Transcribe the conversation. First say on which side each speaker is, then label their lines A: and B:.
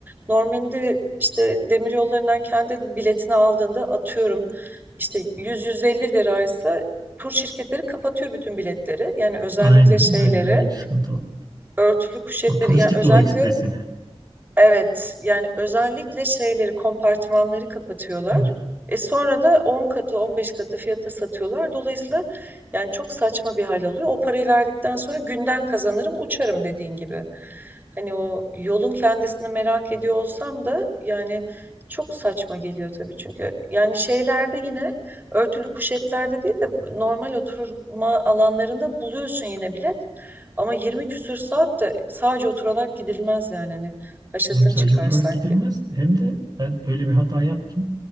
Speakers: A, on the right; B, on the right.
A: normalde işte demir yollarından kendi biletini aldığında atıyorum işte 100-150 liraysa tur şirketleri kapatıyor bütün biletleri. Yani özellikle
B: Aynen,
A: şeyleri,
B: aynen öyle bir sıkıntı var.
A: örtülü kuşetleri
B: O turistik
A: yani özellikle
B: Dura Ekspresi'ni.
A: Evet, yani özellikle şeyleri, kompartmanları kapatıyorlar.
B: Hı.
A: E sonra da 10 katı, 15 katı fiyata satıyorlar. Dolayısıyla yani çok saçma bir hal alıyor. O parayı verdikten sonra günden kazanırım, uçarım dediğin gibi. Hani o yolun kendisini merak ediyor olsam da yani çok saçma geliyor tabii çünkü. Yani şeylerde yine örtülü kuşetlerde değil de normal oturma alanlarında buluyorsun yine bilet. Ama 20 küsür saat de sadece oturarak gidilmez yani hani. Haşatın
B: Hem sadece
A: çıkar
B: oturarak
A: sanki.
B: gidilmez hem de ben öyle bir hata yaptım.